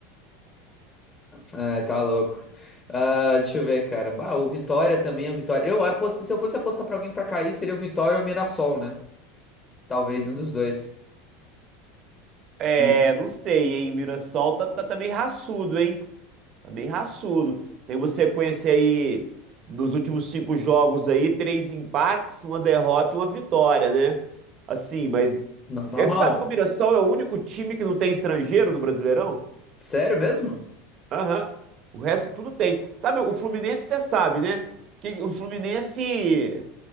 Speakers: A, on the left; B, on the right.
A: Ai, tá louco. Ah, deixa eu ver, cara. Bah, o Vitória também, o Vitória. Eu aposto, se eu fosse apostar pra alguém pra cair, seria o Vitória ou o Mirassol, né? Talvez um dos dois.
B: É,
A: E
B: <laughs> não sei, hein? O Mirassol tá, tá, tá meio raçudo, hein? Tá meio raçudo. Tem uma sequência aí nos últimos cinco jogos aí, três empates, uma derrota e uma vitória, né? Assim, mas
A: não tá
B: você
A: mal.
B: sabe que o Mirassol é o único time que não tem estrangeiro no Brasileirão?
A: Sério mesmo?
B: Aham. O resto tudo tem. Sabe, o Fluminense, você sabe, né? Que o Fluminense